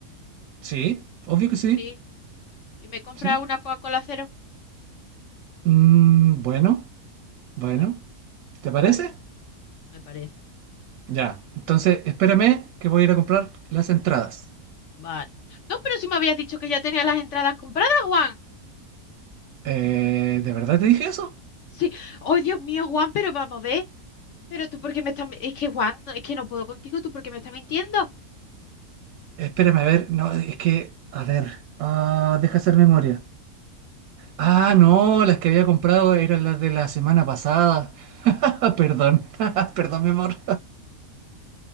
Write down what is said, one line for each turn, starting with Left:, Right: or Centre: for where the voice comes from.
Right: Sí, obvio que sí.
Left: sí, y me compras
Right: Sí.
Left: una Coca-Cola cero.
Right: Mm, bueno, bueno.
Left: Vale,
Right: ¿Te parece?
Left: vale, me parece.
Right: Ya. Entonces, espérame que voy a ir a comprar las entradas.
Left: Vale. No, pero si me habías dicho que ya tenía las entradas compradas, Juan.
Right: Eh, ¿de verdad te dije eso?
Left: Sí. Oh, Dios mío, Juan, pero vamos a ver. Pero tú, ¿por qué me estás...? mi- Es que, Juan, no- es que no puedo contigo. ¿Tú por qué me estás mintiendo?
Right: Espérame, a ver. No, es que... A ver. ah, deja hacer memoria. Ah, no, las que había comprado eran las de la semana pasada. Ah, perdón, <laughs> perdón, mi amor,